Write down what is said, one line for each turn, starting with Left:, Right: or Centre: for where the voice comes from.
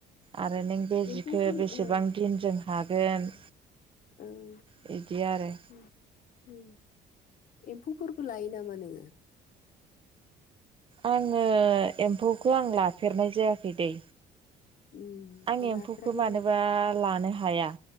Right: आरो नों बे
Left: एम्फौफोर
Right: जिखो बेसेबां
Left: ओ
Right: दिनजों हागोन
Left: औ ओम
Right: बिदि आरो
Left: उम एम्फौफोरबो लायो नामा नोङो?
Right: आङो एम्फौखो आं लाफेरनाय जायाखै दैे
Left: उम
Right: आं एम्फौखो
Left: लाफेराखैनो
Right: मानोबा लानो हाया